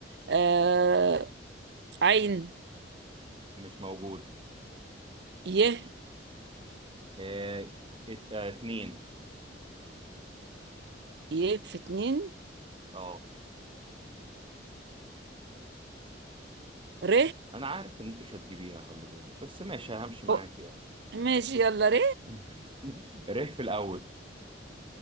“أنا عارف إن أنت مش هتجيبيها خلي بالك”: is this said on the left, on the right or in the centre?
Right